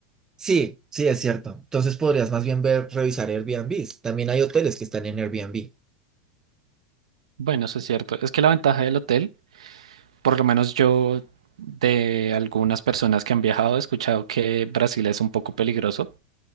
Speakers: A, on the right; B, on the right.
A: Sí, sí, es cierto. Entonces podrías más bien ver, revisar Airbnb. También hay hoteles que están en Airbnb.
B: Bueno, eso es cierto. Es que la ventaja del hotel, por lo menos yo de algunas personas que han viajado he escuchado que Brasil es un poco peligroso.